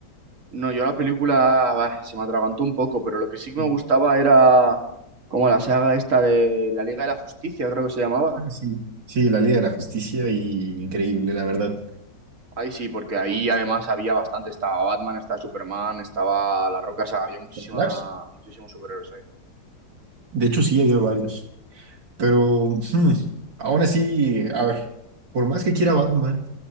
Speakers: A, on the right (about 45°); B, on the right (about 85°).
A: No, yo la película bah, se me atragantó un poco, pero lo que sí que
B: Sí.
A: me gustaba era como la saga esta de la Liga de la Justicia, creo que se llamaba,
B: Ah, sí.
A: ¿no?
B: Sí, la Liga de la Justicia y increíble, la verdad.
A: Ahí sí, porque ahí
B: Como personaje.
A: además había bastante, estaba Batman, estaba Superman, estaba La Roca, o sea, había muchísima,
B: Flash,
A: muchísimos superhéroes ahí.
B: De hecho, sí, había varios. Pero hmm, aún así, a ver, por más que quiera Batman,